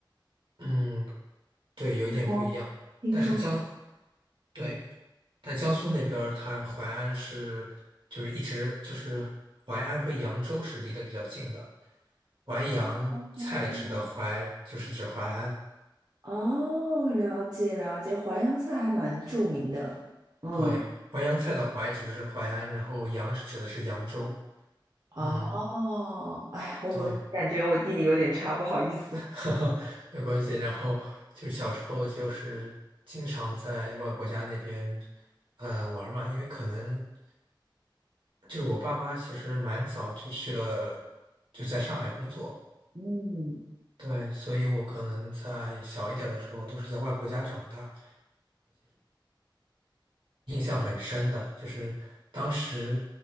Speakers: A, on the right; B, on the right.
A: 嗯，对，有一点不一样。
B: 说听说是，
A: 但是江，对，
B: 嗯，
A: 但江苏那边儿它淮安是就是一直就是淮安和扬州是离得比较近的，淮扬菜指的淮就是指淮安，
B: 哦，哦，了解了解，淮扬菜还蛮著名的。嗯，
A: 对，淮扬菜的淮指的是淮安，然后扬是指的是扬州。
B: 哦，
A: 嗯，
B: 哎呀，我感觉我地理有点差，
A: 对，
B: 不好意思。
A: <laughs> 哈哈，没关系。然后就是小时候就是经常在外婆家那边呃玩儿嘛，因为可能就是我爸妈其实蛮早就去了，就在上海工作。
B: 嗯，
A: 对，所以我可能在小一点儿的时候都是在外婆家长大。印象很深的，就是当时，